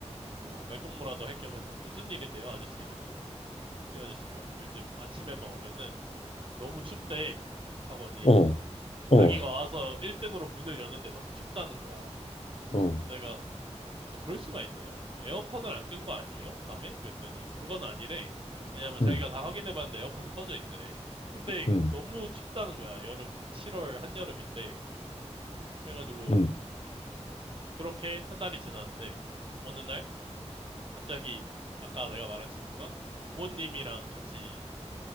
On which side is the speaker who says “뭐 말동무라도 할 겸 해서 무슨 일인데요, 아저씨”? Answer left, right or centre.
Right